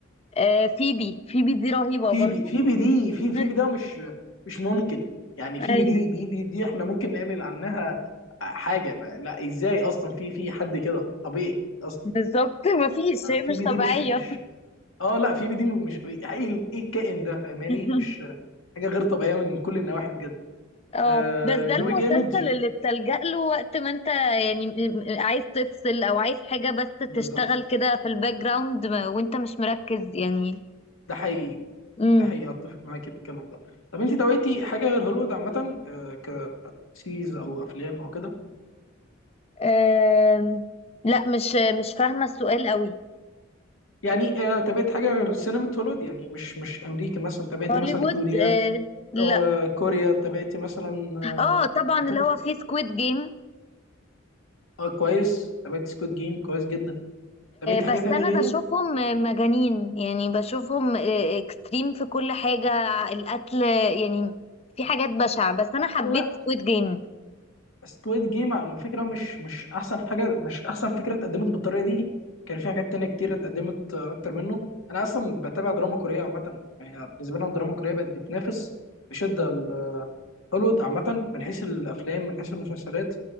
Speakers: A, on the left (about 30°); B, on the left (about 80°).
A: آه، فيبي فيبي دي رهيبه
B: في
A: برضو
B: بي في بي دي في في
A: <laughs>
B: بي ده مش مش ممكن يعني في
A: ايوه
B: بي دي دي دي, دي احنا ممكن نعمل عنها حاجه فلا ازاي اصلا في في حد كده طبيعي اصلا
A: بالظبط مفيش هي
B: في
A: مش
B: بي
A: طبيعيه
B: دي مش مش اه لا في بي دي مش ايه ايه الكائن ده فاهماني
A: <laughs>
B: مش حاجه غير طبيعيه من كل النواحي بجد
A: اه
B: آه
A: بس ده
B: جوي
A: المسلسل
B: جامد ج...
A: اللي بتلجأ له وقت ما انت يعني م- م- عايز تفصل او عايز حاجة بس
B: بالظبط
A: تشتغل كده في الباك جراوند ما- وانت مش مركز يعني
B: ده حقيقي
A: امم
B: ده حقيقي اتفق معاكي في الكلام ده طب انت دويتي حاجه غير هوليوود عامه آه كسيز او افلام او كده
A: آم، لا مش مش فاهمة السؤال قوي
B: يعني آه، تابعت حاجه غير السينما الهوليوود يعني مش مش امريكا مثلا تابعت
A: هوليوود
B: مثلا كوريا
A: آه، لا
B: آه كوريا تابعت مثلا آه
A: اه طبعا
B: حتت-
A: اللي هو فيه سكويد جيم
B: آه، كويس تابعت سكوت جيم كويس جدا تابعت حاجه
A: بس
B: تانية
A: انا
B: غيره
A: بشوفهم آه، مجانين يعني بشوفهم اكستريم في كل حاجة القتل يعني في حاجات بشعة بس انا حبيت
B: لا
A: سكويد جيم
B: سكويد جيم على فكره مش مش احسن حاجه مش احسن فكره اتقدمت بالطريقه دي كان في حاجات تانية كتير اتقدمت آه، اكتر منه انا اصلا بتابع دراما كوريه عامه يعني بالنسبه لنا الدراما الكوريه بقت بتنافس بشده ال- هوليوود عامه من حيث الافلام من حيث المسلسلات